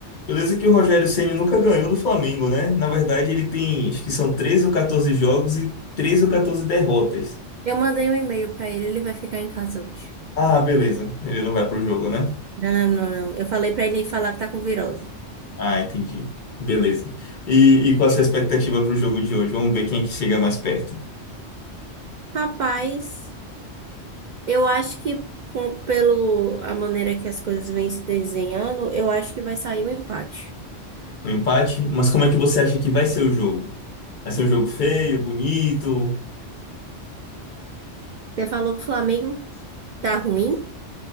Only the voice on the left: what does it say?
Beleza que o Rogério Ceni nunca ganhou do Flamengo, né? Na verdade ele tem, acho que são 13 ou 14 jogos e 13 ou 14 derrotas.
Ah, beleza, ele não vai pro jogo, né?
Ah, entendi. Beleza. E, e qual a sua expectativa para o jogo de hoje? Vamos ver quem é que chega mais perto.
Um empate? Mas como é que você acha que vai ser o jogo? Vai ser um jogo feio, bonito?